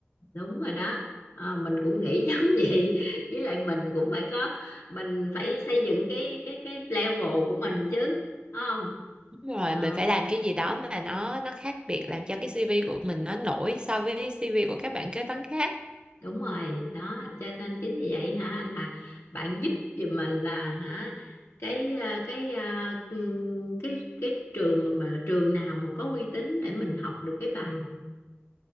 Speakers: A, on the left; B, on the right.
A: đúng rồi đó à, mình cũng nghĩ <laughs> giống vậy với lại mình cũng phải có mình phải xây dựng cái cái cái level của mình chứ Đúng không
B: Đúng rồi
A: ờ
B: mình phải làm cái gì đó mà nó nó khác biệt làm cho cái CV của mình nó nổi so với CV của các bạn kế toán khác
A: đúng rồi đó cho nên chính vì vậy hả là bạn giúp giùm mình là hả cái à, cái à, ừm, cái cái trường mà, mà trường nào mà có uy tín để mình học được cái bằng